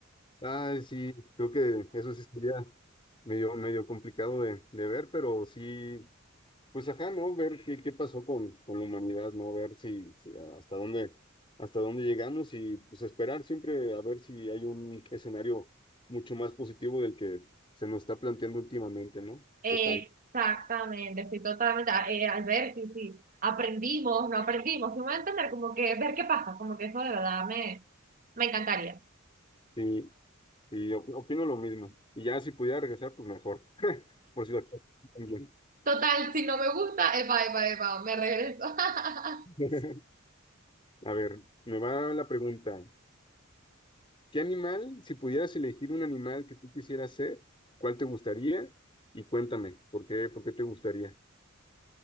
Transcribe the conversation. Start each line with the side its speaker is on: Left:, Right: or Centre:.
Left: Ay, sí, creo que eso sí sería medio, medio complicado de, de ver, pero sí, pues ajá, ¿no? Ver qué, qué pasó con, con la humanidad, ¿no? Ver si, si hasta dónde, hasta dónde llegamos y pues esperar siempre a ver si hay un escenario mucho más positivo del que se nos está planteando últimamente, ¿no?
Right: Exactamente,
Left: Total.
Right: estoy totalmente, a- eh, al ver, sí, sí, aprendimos, no aprendimos, sí me voy a entender, como que ver qué pasa, como que eso de verdad me, me encantaría.
Left: Sí, Y op- opino lo mismo. Y ya si pudiera regresar, pues mejor. <laughs> Por si las cosas también.
Right: Total, si no me gusta, epa, epa, epa, me regreso. <laughs>
Left: <laughs> A ver, me va la pregunta. ¿Qué animal, si pudieras elegir un animal que tú quisieras ser, cuál te gustaría? Y cuéntame, ¿por qué, por qué te gustaría?